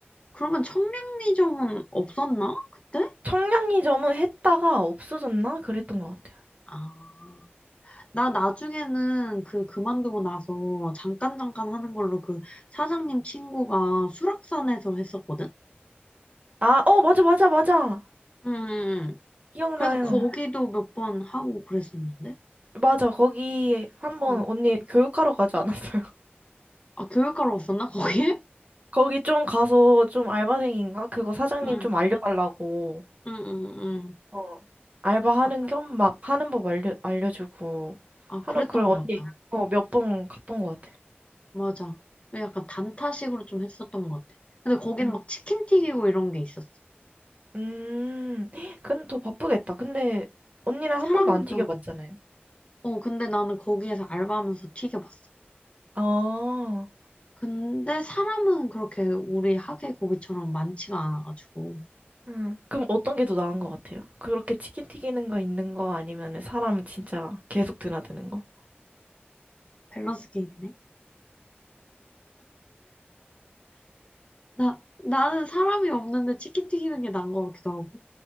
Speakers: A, on the left; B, on the right.
A: 그러면 청량리점은 없었나? 그때?
B: 청량리점은 했다가 없어졌나? 그랬던 것 같아요.
A: 아. 나 나중에는 그 그만두고 나서 잠깐 잠깐 하는 걸로 그 사장님 친구가 수락산에서 했었거든?
B: 아, 어, 맞아, 맞아, 맞아.
A: 음.
B: 기억나요.
A: 그래서 거기도 몇 번 하고 그랬었는데.
B: 맞아, 거기 한번
A: 음.
B: 언니 교육하러 가지 않았어요? <laughs>
A: 아, 교육하러 왔었나, 거기에?
B: 거기 좀 가서 좀 알바생인가? 그거 사장님
A: 응,
B: 좀 알려달라고.
A: 응, 응, 응.
B: 어. 알바하는
A: 아,
B: 겸 막 하는 법 알려, 알려주고.
A: 아,
B: 하러
A: 그랬던
B: 그걸 언니,
A: 것 같다.
B: 어, 몇 번 갔던 것 같아요.
A: 맞아. 왜 약간 단타식으로 좀 했었던 것 같아. 근데 거기는
B: 음.
A: 막 치킨 튀기고 이런 게 있었어.
B: 음, 그럼 더 바쁘겠다. 근데 언니랑
A: 사람은
B: 한 번도 안 튀겨봤잖아요.
A: 좀, 어, 근데 나는 거기에서 알바하면서 튀겨봤어.
B: 아,
A: 근데 사람은 그렇게 우리 학예 거기처럼 많지가 않아가지고.
B: 음. 그럼 어떤 게 더 나은 것 같아요? 그렇게 치킨 튀기는 거 있는 거 아니면 사람 진짜 계속 드나드는 거?
A: 밸런스 게임이네. 나, 나는 사람이 없는데 치킨 튀기는 게 나은 것 같기도 하고.